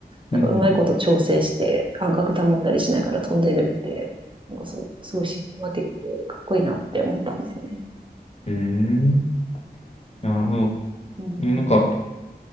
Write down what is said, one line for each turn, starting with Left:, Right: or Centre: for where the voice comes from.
Left: うん。
Right: なんかうまいこと調整して感覚保ったりしながら飛んでるって、
Left: うん。
Right: なんかそう、すごいシステマティックでかっこいいなって思ったんですよね。
Left: うーんなるほ
Right: なんか、うんうん。
Left: ど。なんか、